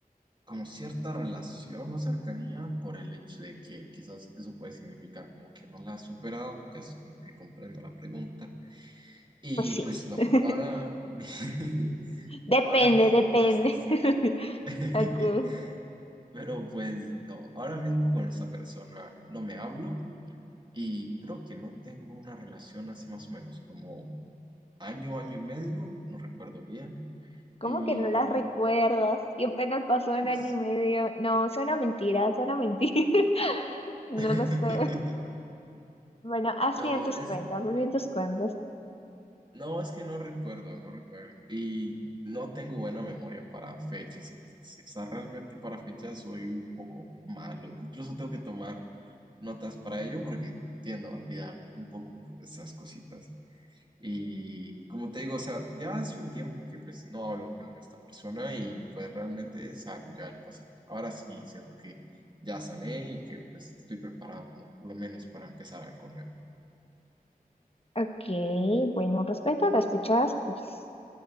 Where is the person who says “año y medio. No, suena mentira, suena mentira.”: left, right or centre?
Left